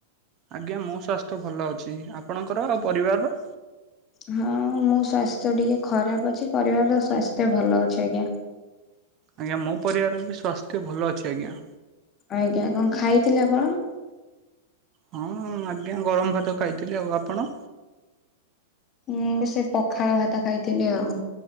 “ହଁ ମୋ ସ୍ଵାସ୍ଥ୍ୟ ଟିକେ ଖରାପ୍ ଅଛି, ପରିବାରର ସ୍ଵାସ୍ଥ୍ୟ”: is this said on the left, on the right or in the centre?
Left